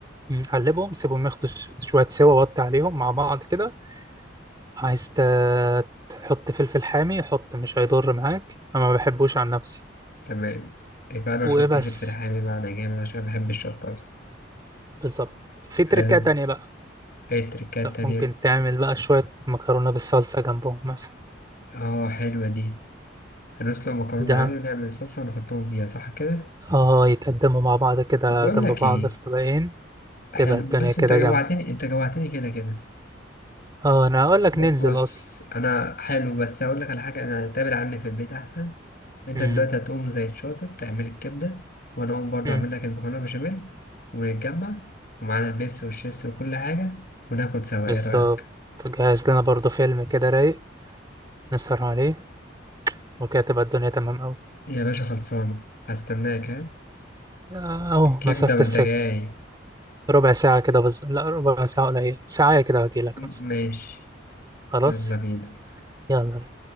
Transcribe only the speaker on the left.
تمام يبقى أنا
هحط فلفل حامي معانا جامد عشان بحب الشطة أصلا
حلو
إيه التركات التانية؟
آه حلوة دي هنسلق مكرونة
عادي ونعمل صلصة ونحطهم فيها صح كده؟
طب بقول
لك
ايه
حلو
بص
انت جوعتني
انت جوعتني كده كده
ب-
بص
انا حلو بس هقول لك على حاجة انا هتقابل عني في البيت احسن انت
دلوقتي هتقوم زي الشاطر تعمل الكبدة وانا اقوم برضه
اعمل لك المكرونة بشاميل ونتجمع ومعانا البيبسي والشيبسي وكل حاجة وناكل سوا
ايه رأيك؟
يا باشا خلصانة هستناك ها
الكبدة
وانت
جاي
م-
ماشي
يلا بينا